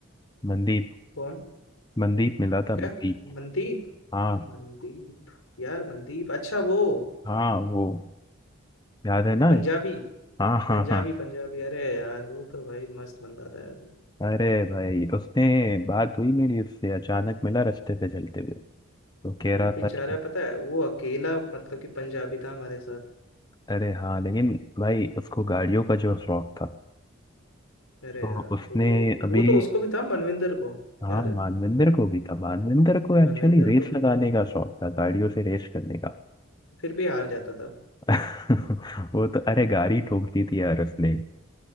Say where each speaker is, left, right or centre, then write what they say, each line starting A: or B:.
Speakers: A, on the left (about 20°); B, on the left (about 85°).
A: मनदीप
B: कौन
A: मनदीप मिला था
B: क्या
A: मनदीप
B: मनदीप
A: हाँ
B: मनदीप यार मनदीप अच्छा वो
A: हाँ वो याद है ना
B: पंजाबी
A: हाँ हाँ
B: पंजाबी
A: हाँ
B: पंजाबी अरे यार वो तो भाई मस्त बंदा था यार वो
A: अरे भाई उसने बात हुई मेरी उससे अचानक मिला रास्ते पे चलते हुए तो कह
B: वो
A: रहा था
B: बेचारा
A: कि
B: पता है वो अकेला मतलब कि पंजाबी था हमारे साथ
A: अरे हाँ लेकिन भाई उसको गाड़ियों का जो शौक था
B: अरे
A: तो
B: यार
A: उसने
B: वो तो
A: अभी
B: वो तो उसको भी था मनविंदर को
A: हाँ
B: याद है
A: मानविंदर को भी था मानविंदर को एक्चुअली
B: मनविंदर
A: रेस
B: को भी
A: लगाने का शौक था गाड़ियों से रेस करने का
B: फिर भी हार जाता था
A: <laughs> वो तो अरे गाड़ी ठोकती थी यार उसने